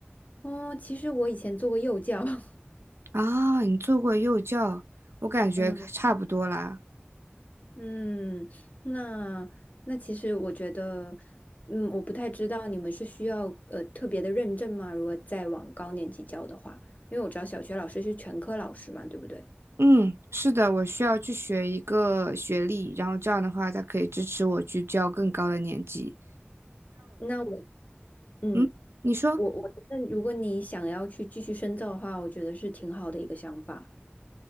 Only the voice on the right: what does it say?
啊，你做过幼教，我感觉差不多啦。
嗯，是的，我需要去学一个学历，然后这样的话，才可以支持我去教更高的年级。
嗯，你说，